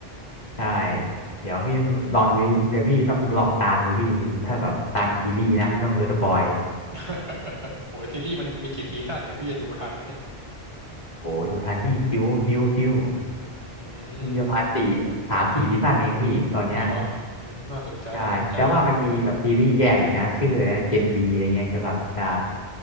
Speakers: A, on the left; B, on the right.
A: ใช่เดี๋ยวพี่ต้องลองดูเรื่อยเดี๋ยวพี่ต้องลองตามดูพี่ถ้าแบบตามเป็นซีรีส์นะไม่ต้องดูสปอย
B: <laughs> โอ้หซีรีส์มันมีกี่ซีซั่นเนี่ยพี่จะดูทันไหมเนี่ย
A: โอ้ดูทันพี่คิ้วคิ้วคิ้ว
B: อื
A: มีประมาณสี่สามสี่ซีซั่นเองพี่ตอนเนี้ย
B: มอ่ะเหรออืมน่าสนใจ
A: ใช่แต่ว่ามันมีแบบซีรีส์แยกอีกนะชื่ออะไรนะเจนบีอะไรเงี้ยเกี่ยวกับอ่า
B: น่าสนใจ